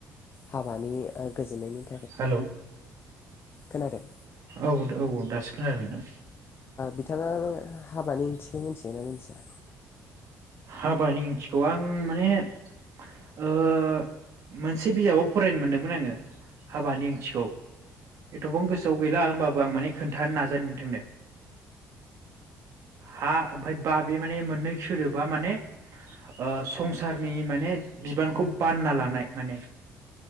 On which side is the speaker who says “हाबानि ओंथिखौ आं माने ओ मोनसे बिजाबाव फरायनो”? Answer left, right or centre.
Right